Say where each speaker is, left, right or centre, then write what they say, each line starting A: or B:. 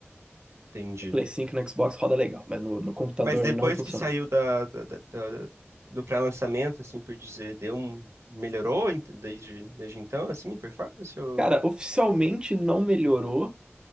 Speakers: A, on the right; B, on the right.
A: entendi.
B: Play 5 no Xbox roda legal, mas no, no computador
A: Mas depois
B: não funcionou.
A: que saiu da, da- da- da- do pré-lançamento, assim por dizer, deu um, melhorou ent- desde, desde então, assim, a performance? ou-
B: Cara, oficialmente não melhorou.